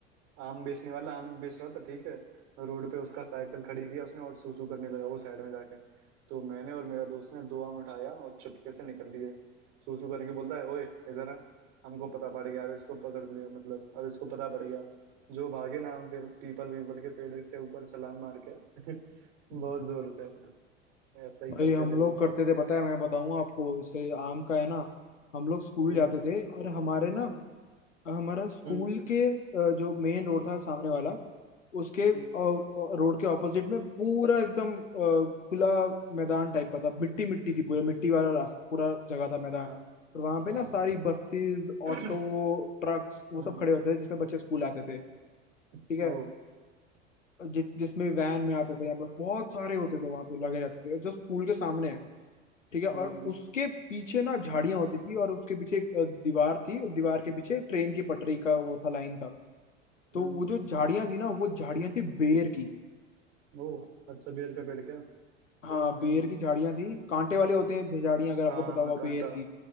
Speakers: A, on the right; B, on the left.
A: आम बेचने वाला आम बेच रहा था ठीक है रोड पे उसका साइकिल खड़ी किया उसने और सूसू करने लगा वो साइड में जाके तो मैंने और मेरा दोस्त ने दो आम उठाया और चुपके से निकल लिए सूसू करके बोलता है ओए इधर आ हमको पता पड़ गया अब इसको पकड़ लिया मतलब अब इसको पता पड़ गया जो भागे ना हम फिर पीपल पीपल के पेड़ से ऊपर छलांग मार के <laughs> बहुत
B: अच्छा।
A: जोर से ऐसा ही
B: भाई
A: करते
B: हम
A: थे
B: लोग
A: बस
B: करते थे पता है मैं बताऊं आपको इससे आम का है ना हम लोग स्कूल
A: हम्म
B: जाते थे और हमारे ना हमारा स्कूल
A: हम्म
B: के अ, जो मेन रोड था सामने वाला उसके
A: हम्म
B: रोड के ऑपोजिट में पूरा एकदम अ, खुला मैदान टाइप का था मिट्टी मिट्टी थी पूरा मिट्टी वाला रास्ता पूरा जगह था मैदान
A: हाँ
B: और वहां पे
A: हाँ
B: ना सारी बसेस ऑटो
A: <clears throat>
B: ट्रक्स वो
A: हम्म
B: सब खड़े होते थे जिसमें बच्चे स्कूल आते
A: हम्म,
B: थे ठीक है
A: ओ
B: जि, जिसमें वैन में आते थे यहाँ पर बहुत सारे होते थे वहां पे लगे रहते थे जो स्कूल के सामने है ठीक है और
A: हम्म
B: उसके पीछे ना झाड़ियां होती थी और उसके पीछे एक अ, दीवार थी दीवार के पीछे ट्रेन की पटरी का वो था लाइन था तो
A: हम्म
B: वो जो झाड़ियां थी ना वो झाड़ियां थी बेर की
A: ओ अच्छा बेर का पेड़ क्या
B: हाँ
A: हम्म
B: बेर की झाड़ियां थी कांटे वाले होते हैं झाड़ियां अगर आपको
A: हाँ
B: पता होगा
A: कांटा
B: बेर की